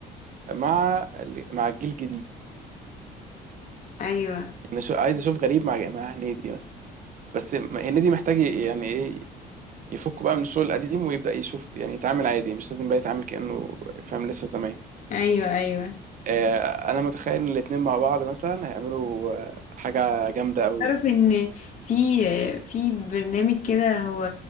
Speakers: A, on the right; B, on the left.
A: مع ال- مع الجيل الجديد
B: ايوه
A: يعني شو عايز اشوف غريب مع مع هنيدي بس بس م- هنيدي محتاج ي- يعني ايه يفك بقى من الشغل القديم ويبدا يشوف يعني يتعامل عادي مش لازم بقى يتعامل كانه فاهم لسه زمان
B: ايوه ايوه
A: آه انا متخيل ان الاتنين مع بعض مثلا هيعملوا آه، حاجه جامده قوي
B: تعرف ان في في برنامج كده هو